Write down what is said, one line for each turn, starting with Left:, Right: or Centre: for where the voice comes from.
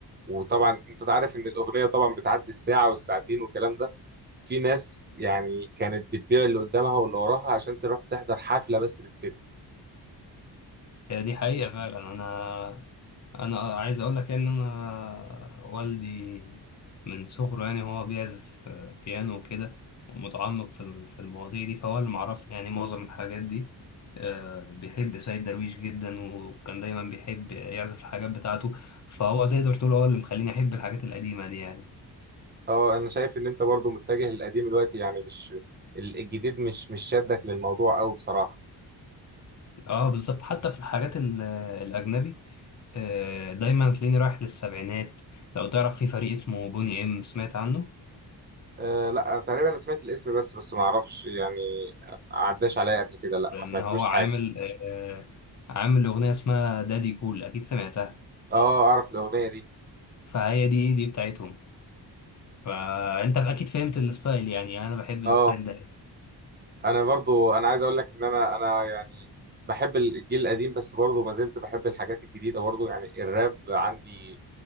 Right: وطبعا انت عارف ان الاغنية طبعا بتعدي الساعة والساعتين والكلام ده في ناس يعني كانت بتبيع اللي قدامها واللي وراها عشان تروح تحضر حفلة بس للست
Left: هي دي حقيقه فعلا انا انا عايز اقول لك يعني ان انا والدي من صغره يعني هو بيعزف آه، بيانو وكده ومتعمق في ال- في المواضيع دي فهو اللي معرفني يعني معظم الحاجات دي آه، بيحب سيد درويش جدا وكان دايما بيحب يعزف الحاجات بتاعته فهو تقدر تقول هو اللي مخليني احب الحاجات القديمة دي يعني
Right: اه انا شايف ان انت برضو متجه للقديم دلوقتي يعني مش ال- الجديد مش مش شادك للموضوع قوي بصراحة
Left: اه بالظبط حتى في الحاجات ال- الاجنبي آه، دايما تلاقيني رايح للسبعينات لو تعرف في فريق اسمه بوني ام سمعت عنه
Right: أه لا تقريبا انا سمعت الاسم بس بس ما اعرفش يعني عداش عليا قبل كده لا
Left: ان
Right: ما سمعتلوش
Left: هو عامل
Right: حاجة
Left: آه، آه، عامل اغنيه اسمها دادي كول اكيد سمعتها
Right: اه اعرف الاغنية دي
Left: فهي دي دي بتاعتهم فانت اكيد فهمت الستايل يعني انا بحب الستايل
Right: اه
Left: ده
Right: انا برضو انا عايز اقول لك ان انا انا يعني بحب الجيل القديم بس برضو ما زلت بحب الحاجات الجديدة برضو يعني الراب عندي